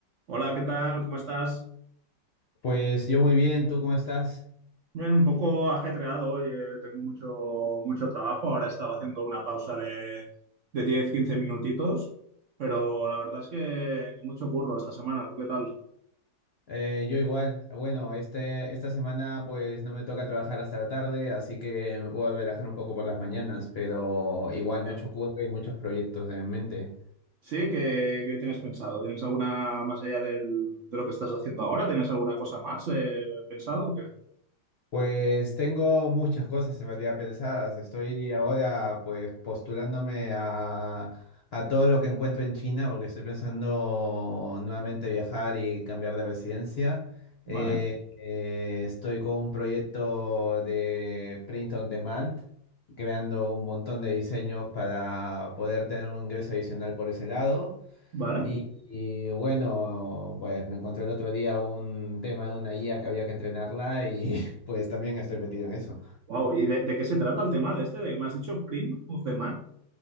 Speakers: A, on the right (about 60°); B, on the left (about 50°).
A: Hola, ¿qué tal? ¿Cómo estás?
B: Pues yo muy bien, ¿tú cómo estás?
A: Bien, un poco ajetreado hoy, eh, tengo mucho, mucho trabajo. Ahora estaba haciendo una pausa de, de diez, quince minutitos, pero la verdad es que, que mucho curro esta semana. ¿Tú qué tal?
B: Eh, yo igual. Bueno, este, esta semana pues no me toca trabajar hasta la tarde, así que me puedo relajar un poco por las mañanas, pero igual
A: Bien.
B: mucho curro y muchos proyectos en mente.
A: Sí, ¿qué, qué tienes pensado? ¿Tienes alguna más allá del- de lo que estás haciendo ahora? ¿Tienes alguna cosa más eh, pensado o qué?
B: Pues tengo muchas cosas en realidad pensadas. Estoy ahora pues postulándome a, a todo lo que encuentro en China porque estoy pensando nuevamente viajar y cambiar de residencia. Eh,
A: Vale,
B: eh, estoy con un proyecto de print on demand, creando un montón de diseños para poder tener un ingreso adicional por ese lado.
A: vale.
B: Y, y, bueno, pues me encontré el otro día un tema de una IA que había que entrenarla y <laughs> pues también estoy metido en eso.
A: Wow, ¿y de, de qué se trata el tema de este? ¿De que me has dicho Print of the Man?